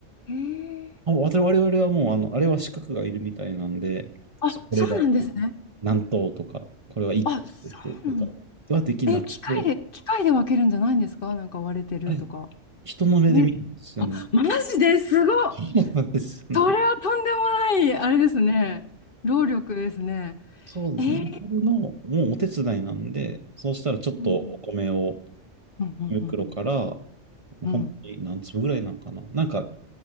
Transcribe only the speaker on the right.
あ、我々はもう、あの、あれは資格がいるみたいなんで、
そこれが
何頭とか、これは一頭ですとかはできなくて、
あれ、人の目で見るんですよね。
そうなんですよね。
そうですね。
それの、もうお手伝いなんで、そうしたらちょっとお米を、
米袋から、
本当に何粒ぐらいなのかな。なんか、